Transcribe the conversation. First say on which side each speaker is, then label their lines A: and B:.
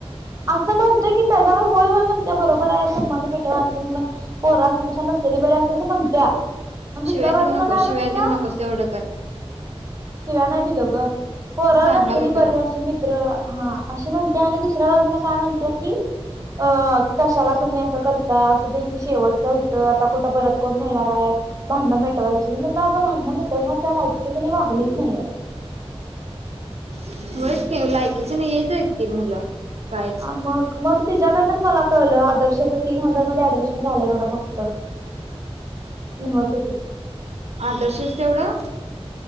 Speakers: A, on the right; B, on the right.
A: असं म्हणतोय की त्याच्यावर होय- होय म्हणत्या बरोबर आहे संबंध मिटव अस- पोरं असण्यापेक्षा नसलेली बर असल्या असं म्हणत्या. मण दुसऱ्या
B: शिव्या
A: बाजून
B: देऊ नको
A: काय
B: शिव्या
A: म्हणत्या
B: देऊ नकोस तेवढं कर
A: <inaudible> शिव्या नाही दिलो ग पोरं
B: सांगालोय
A: नसलेली बरी
B: तुला
A: अशी मित्र हा अशी म्हण <unintelligible> दुसऱ्या बाजून काय म्हणत्या की, अं कशाला तुम्ही असं करताय असू दे की शेवटच होत, आता कुठं परत कोण मिळणाराय भांडणं मिटवायची. मी म्हण अगं भांडणं मिटवण्याच्या लायकीच तेनी वागलीच नाहीयेत.
B: <unintelligible> ते लायकीच नाही <unintelligible> ती मुलं कायच
A: आ मग -मग तिज्याकडनच मला कळलं आदर्शच तीन हजार मध्ये ऍडमिशन झालंय म्हण फक्त, <inaudible> युनिव्हर्सिटीत.
B: आदर्शच तेवढं? <inaudible>